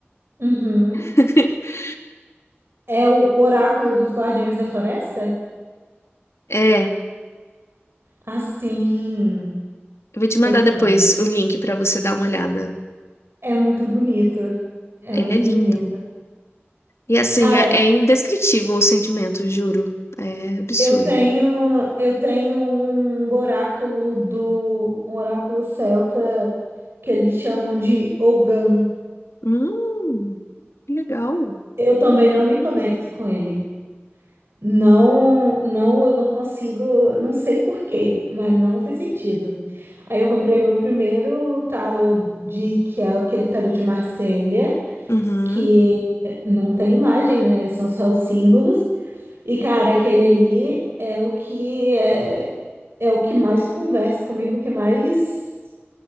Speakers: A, on the right; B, on the left.
A: Uhum.
B: <laughs>
A: É o Oráculo dos Guardiões da Floresta?
B: É, eu
A: Ah, sim.
B: vou te mandar
A: Eu tô
B: depois
A: vendo.
B: o link pra você dar uma olhada.
A: É muito bonito. É
B: Ele
A: muito
B: é lindo.
A: bonito.
B: E assim,
A: Cara,
B: é, é indescritível o sentimento, juro. É absurdo.
A: eu tenho eu tenho um oráculo do um oráculo celta que eles chamam de Ogan.
B: Hum, que legal.
A: Eu também não me conecto com ele. Não, não, eu não consigo, não sei por quê, mas não faz sentido. Aí eu comprei meu primeiro tarô de que é aquele tarô de Marselha,
B: Uhum.
A: que não tem imagem, né? São só os símbolos. E, cara, aquele ali é o que é, é o que mais conversa comigo, que mais